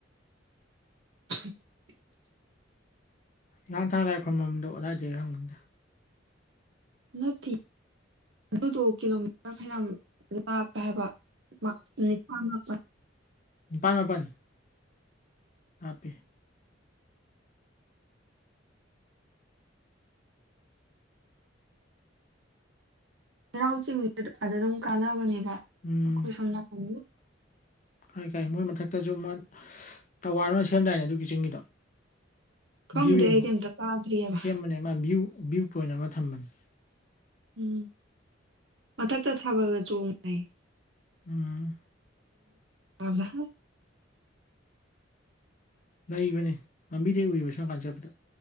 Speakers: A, on the right; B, on the left.
A: <inaudible>
B: ꯅꯍꯥꯡ ꯊꯥꯡ ꯂꯥꯏꯔꯛꯄ ꯃꯔꯝꯣ ꯑꯗꯨ ꯑꯗꯥꯏꯗꯒꯤ ꯍꯪꯒꯟꯗ
A: ꯅꯠꯇꯦ ꯑꯗꯨꯗꯣ ꯀꯤꯂꯣꯃꯤꯇꯔ ꯐꯅ ꯂꯥꯞꯄ ꯍꯥꯏꯕ ꯅꯤꯄꯥꯄ
B: ꯄꯥꯥꯟ ꯃꯥꯄꯟ ꯍꯥꯄꯦ
A: ꯆꯩꯔꯥꯎ ꯆꯤꯡꯗꯨ ꯑꯗ ꯑꯗꯨꯝ ꯀꯥꯟꯅꯕꯅꯦꯕ
B: ꯎꯝ
A: ꯑꯩꯈꯣꯏ ꯁꯣꯝ ꯅꯥꯀꯟꯗ
B: ꯀꯥꯏ ꯀꯥꯏ ꯃꯣꯏ ꯃꯊꯛꯇꯁꯨ ꯑꯃ ꯇꯋꯥꯔ ꯑꯃ ꯁꯦꯝꯗꯥꯏꯅꯦ ꯑꯗꯨꯒꯤ ꯆꯤꯡꯒꯤꯗꯣ
A: ꯈꯪꯗꯦ
B: ꯚ꯭ꯌꯨ ꯌꯦꯡꯕ
A: ꯑꯩꯗꯤ ꯑꯝꯇ ꯇꯥꯗ꯭ꯔꯤꯑꯕ
B: ꯁꯦꯝꯕꯅꯦ ꯃꯥ ꯌꯨ ꯚꯌꯨ ꯄꯣꯏꯟꯠ ꯑꯅ ꯊꯝ ꯃꯅꯨꯡ
A: ꯎꯝ ꯃꯊꯛꯇ ꯊꯥꯕꯜꯒ ꯆꯣꯡꯉꯩ
B: ꯎꯝ
A: ꯀ ꯂꯗ
B: ꯂꯩꯕꯅꯦ ꯂꯝꯕꯤꯗꯩ ꯎꯏꯕ ꯁꯣꯝꯀꯥꯟ ꯆꯠꯄꯗ